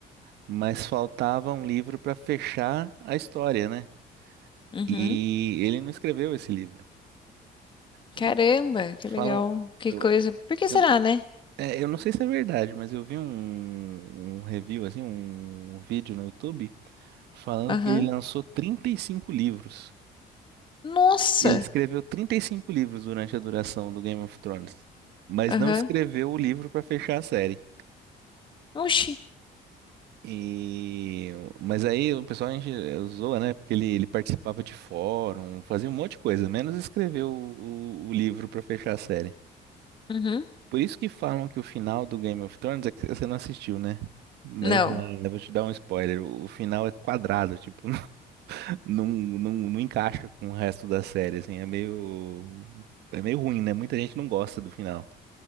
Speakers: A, on the right; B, on the left.
A: mas faltava um livro para fechar a história, né?
B: Uhum.
A: E ele não escreveu esse livro. O-
B: Caramba, que
A: Falam,
B: legal. Que
A: eu,
B: coisa. Por que
A: eu
B: será, né?
A: É, eu não sei se é verdade, mas eu vi um, um review, assim, um vídeo no YouTube falando
B: Aham.
A: que ele lançou 35 livros.
B: Nossa.
A: Ele escreveu 35 livros durante a duração do Game of Thrones, mas
B: Aham.
A: não escreveu o livro para fechar a série.
B: Oxi.
A: E mas aí o pessoal a gente eh, zoa, né? Porque ele, ele participava de fórum, fazia um monte de coisa, menos escrever o, o, o livro para fechar a série.
B: Uhum.
A: Por isso que falam que o final do Game of Thrones é que você não assistiu, né? Mas
B: Não.
A: é, eu vou te dar um spoiler. O o final é quadrado, tipo, <laughs> não, não, não encaixa com o resto da série, assim, é meio é meio ruim, né? Muita gente não gosta do final.